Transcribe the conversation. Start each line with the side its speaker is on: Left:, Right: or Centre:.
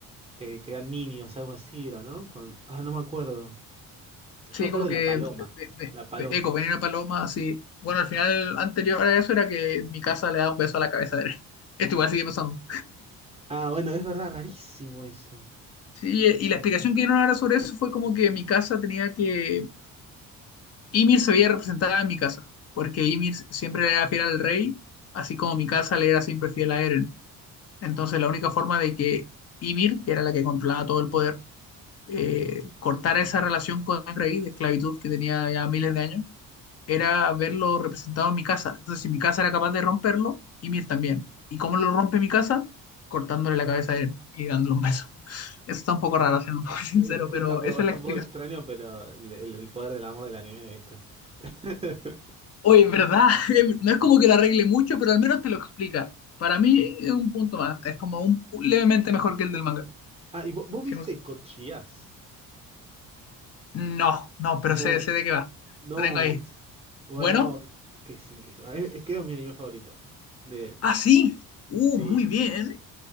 Right: eh, que eran niños, algo así era, ¿no? Cuan- Ah, no me acuerdo. Yo
Left: sí,
Right: me acuerdo
Left: como
Right: de
Left: que
Right: la paloma.
Left: me- me-
Right: La paloma.
Left: me- eco, venía una paloma, sí. Bueno, al final anterior a eso era que mi casa le da un beso a la cabeza de Eren. <laughs> Esto igual sigue pasando.
Right: Ah, bueno, es verdad, rarísimo eso.
Left: Sí, eh, y la explicación que dieron ahora sobre eso fue como que mi casa tenía que Ymir se veía representada en mi casa, porque Ymir siempre le era fiel al rey, así como mi casa le era siempre fiel a Eren. Entonces la única forma de que Ymir, que era la que controlaba todo el poder, eh, cortara esa relación con el rey de esclavitud que tenía ya miles de años, era verlo representado en mi casa. Entonces si mi casa era capaz de romperlo, Ymir también. ¿Y cómo lo rompe mi casa? Cortándole la cabeza a Eren y dándole un beso. <laughs> Eso está un poco raro, siendo <laughs> muy sincero,
Right: Sí, eso
Left: pero
Right: es tampoco,
Left: esa
Right: es
Left: es la
Right: tampoco
Left: explicación.
Right: extraño, pero el, el- el poder del amor del anime, ¿viste? <laughs>
Left: Oye, en ¿verdad? <laughs> No es como que la arregle mucho, pero al menos te lo explica. Para mí es un punto más. Es como un levemente mejor que el del manga.
Right: Ah, ¿y vos, vos
Left: Sí,
Right: viste
Left: no sé.
Right: Code Geass?
Left: No, no, pero
Right: No.
Left: sé, sé de qué va.
Right: No,
Left: Lo tengo ahí.
Right: es- bueno,
Left: Bueno,
Right: es que sí, es, es que es mi anime favorito. De,
Left: ah, sí. Uh,
Right: sí,
Left: muy bien.